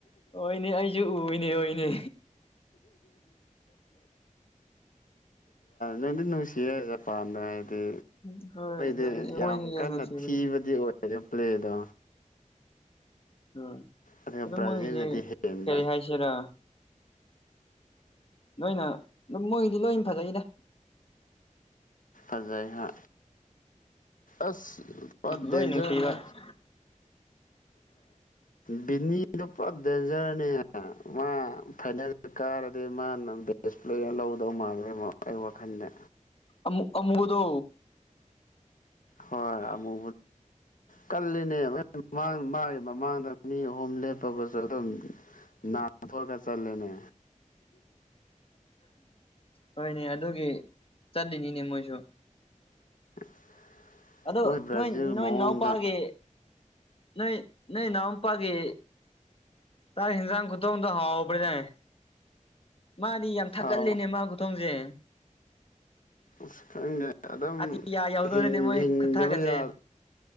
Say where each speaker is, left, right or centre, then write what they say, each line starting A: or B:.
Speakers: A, on the left; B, on the left.
A: ꯍꯅꯦ ꯑꯩꯁꯨ ꯎꯏꯅꯦ ꯑꯣꯏꯅꯦ
B: ꯂꯩꯗꯤ ꯅꯨꯡꯁꯤꯄꯅ ꯑ ꯑꯩꯣꯏꯗꯤ
A: ꯍꯣꯏ ꯑꯗꯨꯝ ꯃꯣꯏꯁꯦ
B: ꯌꯥꯝ ꯀꯟꯅ
A: ꯅꯨꯡꯁꯤꯕꯅꯤ
B: ꯊꯤꯕꯗꯤ ꯑꯣꯏꯔꯔꯦ ꯄ꯭ꯂꯦꯗꯣ
A: ꯎꯝ
B: ꯑꯗꯨꯒ
A: ꯑꯣ
B: ꯕ꯭ꯔꯥꯖꯤꯜꯅꯗꯤ
A: ꯃꯣꯏꯁꯤꯦ
B: ꯍꯦꯟꯕ
A: ꯀꯔꯤ ꯍꯥꯏꯁꯤꯔꯥ ꯅꯣꯏꯅ ꯑꯗꯨꯝ ꯃꯣꯏꯒꯤꯗꯤ ꯂꯣꯏꯅ ꯐꯖꯩꯗ
B: ꯌꯥꯥꯏꯍ ꯑꯁ
A: ꯂꯣꯏ
B: ꯗꯦꯟꯖꯔꯅꯦ
A: ꯅꯨꯡꯁꯤꯕ
B: ꯕꯤꯅꯤꯗꯄꯥ ꯗꯖꯔꯅꯦ ꯃꯥ ꯐꯥꯏꯅꯦꯜ ꯀꯥꯔꯗꯤ ꯃꯥꯅ ꯕꯦꯁꯄ꯭ꯂꯦꯅ ꯂꯧꯗꯧ ꯃꯥꯜꯂꯦ ꯑꯩ ꯋꯥꯈꯜꯗ
A: ꯑꯃꯨ ꯑꯃꯨꯕꯗꯣ
B: ꯍꯣꯏꯕꯨ ꯀꯜꯂꯤꯅꯦ ꯃꯥꯡ ꯃꯥꯒꯤ ꯃꯃꯥꯡꯗ ꯃꯤ ꯑꯍꯨꯝ ꯂꯦꯞꯄꯒꯁꯨ ꯑꯗꯨꯝ ꯅꯅꯥ ꯊꯒ ꯆꯠꯂꯅꯦ
A: ꯍꯣꯏꯅꯦ ꯑꯗꯨꯒꯤ ꯆꯠꯂꯤꯅꯤꯅꯦ ꯃꯣꯏꯁꯨ
B: <inaudible>
A: ꯑꯗꯣ
B: ꯃꯣꯏ ꯕ꯭ꯔꯥꯖꯤꯜ
A: ꯅꯣꯏ ꯅꯣꯏ
B: ꯃꯑꯣꯡꯗ
A: ꯅꯥꯎꯄꯥꯒꯤ ꯅ ꯅ ꯅꯝꯄꯥꯒꯦ ꯁꯥꯥꯏꯦ ꯏꯟꯁꯥꯡ ꯈꯨꯨꯊꯣ ꯍꯨꯗ ꯍꯥꯥꯎꯎ ꯄꯔꯦ ꯇ ꯃꯥꯗꯤ ꯌꯥꯝ ꯊꯥꯒꯠꯂꯅꯦ
B: ꯑꯥꯎ
A: ꯃꯥ ꯈꯨꯊꯣꯡꯁꯦ
B: ꯑ ꯈꯪꯦ ꯑꯗꯨꯝ
A: ꯑꯇꯤꯌꯥ ꯌꯧꯗꯣꯔꯦꯅꯦ
B: ꯍꯤꯡꯗꯕ
A: ꯃꯣꯏ ꯈꯨꯊꯥꯒꯠꯁꯦ
B: ꯌꯥ